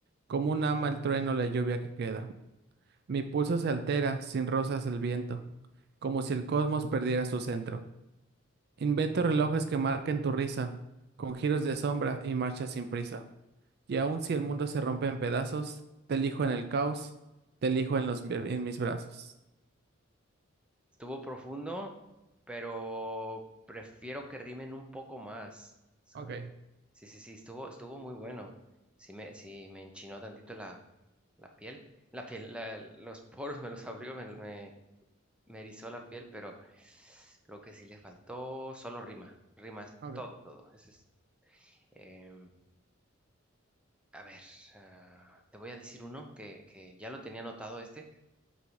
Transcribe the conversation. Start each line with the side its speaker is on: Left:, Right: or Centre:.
Right: Como un ama el trueno la lluvia que queda. Mi pulso se altera, sin rosas el viento, como si el cosmos perdiera su centro. Invento relojes que marquen tu risa, con giros de sombra y marchas sin prisa. Y aun si el mundo se rompe en pedazos, te elijo en el caos, te elijo en los, en mis brazos.
Centre: Estuvo profundo, pero prefiero que rimen un poco más, ¿sabes?
Right: Ok,
Centre: Sí, sí, sí, estuvo, estuvo muy bueno. Sí me, sí me enchinó tantito la, la piel. La piel, la- los poros me los abrió, me, me, me erizó la piel, pero creo que sí le faltó solo rima. Rima es
Right: ok.
Centre: todo, todo. Ese es, em, a ver, ah, te voy a decir uno que, que ya lo tenía anotado este,